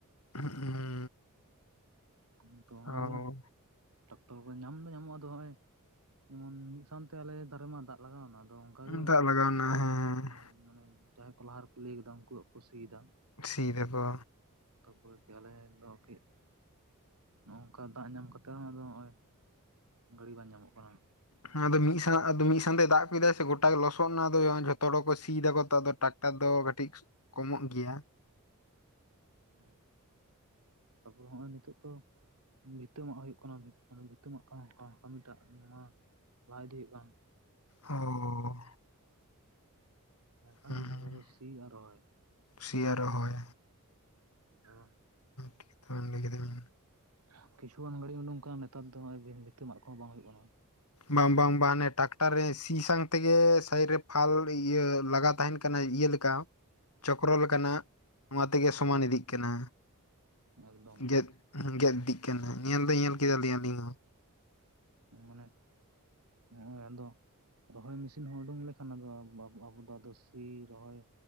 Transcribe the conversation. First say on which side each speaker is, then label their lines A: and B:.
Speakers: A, on the left; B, on the right.
A: <unintelligible>
B: ᱦᱩᱸ ᱛᱚ
A: ᱚ
B: ᱚᱱᱟᱜᱮᱼᱼ ᱴᱟᱠᱴᱚᱨ ᱠᱚ ᱧᱟᱢ ᱫᱚ ᱧᱟᱢᱚᱜ-ᱟ ᱟᱫᱚ ᱦᱚᱜ-ᱚᱭ ᱡᱮᱢᱚᱱ ᱢᱤᱫ ᱥᱟᱝᱛᱮ ᱟᱞᱮ ᱫᱷᱟᱨᱮ ᱢᱟ ᱫᱟᱜᱼᱼ ᱞᱟᱜᱟᱣ ᱮᱱᱟ ᱟᱫᱚ ᱚᱱᱠᱟᱜᱮ
A: ᱫᱟᱜ ᱞᱟᱜᱟᱣᱱᱟ
B: ᱟᱫᱚ
A: ᱦᱮᱸ
B: ᱦᱮᱸᱼᱼ ᱢᱟᱱᱮ ᱡᱟᱦᱟᱸᱭ ᱠᱚ ᱞᱟᱦᱟ ᱨᱮᱠᱚ ᱞᱟᱹᱭ ᱟᱠᱟᱫᱟ ᱩᱱᱠᱩᱣᱟᱜ ᱠᱚ ᱥᱤᱭᱮᱫᱟ᱾
A: ᱥᱤ ᱮᱫᱟᱠᱚ᱾
B: ᱛᱟ ᱯᱚᱨᱮ ᱠᱤ ᱟᱞᱮ ᱫᱚ ᱠᱤᱼᱼ ᱱᱚᱜ-ᱚ ᱱᱚᱝᱠᱟ ᱫᱟᱜ ᱧᱟᱢ ᱠᱟᱛᱮ ᱦᱚᱸ ᱟᱫᱚ ᱦᱚᱜ-ᱚᱭ ᱜᱟᱹᱰᱤ ᱵᱟᱝ ᱧᱟᱢᱚᱜ ᱠᱟᱱᱟ᱾
A: ᱦᱮ ᱟᱫᱚ ᱢᱤᱫᱼᱼ ᱦᱮᱸ ᱟᱫᱚ ᱢᱤᱫ ᱥᱟᱝᱛᱮ ᱫᱟᱜ ᱠᱮᱫᱟᱭ ᱥᱮ ᱜᱚᱴᱟ ᱜᱮ ᱞᱚᱥᱚᱫ ᱱᱟ ᱟᱫᱚ ᱡᱷᱚᱛᱚ ᱦᱚᱲ ᱠᱚ ᱥᱤᱭᱮᱫᱟᱠᱚ ᱛᱚ ᱟᱫᱚ ᱴᱟᱠᱴᱟᱨ ᱫᱚ ᱠᱟᱹᱴᱤᱡᱼᱼ ᱠᱚᱢᱚᱜ ᱜᱮᱭᱟ᱾
B: ᱦᱩᱸ ᱛᱟᱯᱚᱨ ᱦᱚᱜᱚᱭ ᱱᱤᱛᱚᱜ ᱛᱚᱼᱼ ᱵᱷᱤᱛᱟᱹ ᱢᱟᱜ ᱦᱩᱭᱩᱜ ᱠᱟᱱᱟ ᱵᱷᱤᱛᱟᱹ ᱢᱟᱜ ᱠᱟᱱ ᱠᱟᱹᱢᱤᱴᱟᱜ ᱱᱚᱣᱟ ᱞᱟᱦᱟ ᱤᱫᱤ ᱦᱤᱭᱩᱜ ᱠᱟᱱᱟ᱾
A: ᱚᱻ
B: ᱱᱟᱹᱠᱷᱟᱱ
A: ᱦᱩᱸ
B: ᱩᱱ ᱫᱚ ᱟᱫᱚ ᱥᱤ ᱟᱨ ᱨᱚᱦᱚᱭ᱾
A: ᱥᱤ ᱟᱨ ᱨᱚᱦᱚᱭᱼᱼ
B: <unintelligible>
A: ᱴᱷᱤᱠ ᱛᱚᱵᱮᱢ ᱞᱟᱹᱭ ᱠᱮᱫᱟᱵᱤᱱ
B: ᱟᱨ ᱠᱤᱪᱷᱩᱜᱟᱱ ᱜᱟᱹᱰᱤ ᱩᱰᱩᱝ ᱠᱟᱱᱟ ᱱᱮᱛᱟᱨ ᱫᱚ ᱦᱚᱜ-ᱚᱭ ᱵᱷᱤ ᱵᱷᱤᱛᱟᱹ ᱢᱟᱜ ᱠᱚᱦᱚᱸ ᱵᱟᱝ ᱦᱩᱭᱩᱜ ᱠᱟᱱᱟ᱾
A: ᱵᱟᱝ ᱵᱟᱝ ᱵᱟᱝ ᱦᱟᱱᱮ ᱴᱟᱠᱴᱟᱨ ᱨᱮ ᱥᱤ ᱥᱟᱝ ᱛᱮᱜᱮ ᱥᱟᱭᱤᱰ ᱨᱮ ᱯᱷᱟᱞ ᱤᱭᱟᱹ ᱞᱟᱜᱟᱣ ᱛᱟᱦᱮᱱ ᱠᱟᱱᱟ ᱤᱭᱟᱹ ᱞᱮᱼᱼ ᱠᱟ ᱪᱚᱠᱨᱚ ᱞᱮᱠᱟᱱᱟᱜ᱾ ᱱᱚᱣᱟ ᱛᱮᱜᱮ ᱥᱚᱢᱟᱱ ᱤᱫᱤᱜ ᱠᱟᱱᱟ᱾
B: ᱦᱮᱸ ᱮᱠᱫᱚᱢ
A: ᱜᱮᱫᱼᱼ ᱜᱮᱫ ᱤᱫᱤᱜ ᱠᱟᱱᱟ ᱧᱮᱞ ᱫᱚ ᱧᱮᱞ ᱠᱮᱫᱟ ᱞᱤᱧ ᱟᱹᱞᱤᱧ ᱦᱚᱸ ᱾
B: ᱢᱟᱱᱮ ᱱᱚᱜᱼᱚᱭ ᱟᱫᱚ ᱨᱚᱦᱚᱭ ᱢᱮᱥᱤᱱ ᱦᱚᱸ ᱩᱰᱩᱝ ᱞᱮᱠᱷᱟᱱ ᱟ ᱟᱵᱚ ᱫᱚ ᱟᱫᱚ ᱥᱤ ᱨᱚᱦᱚᱭ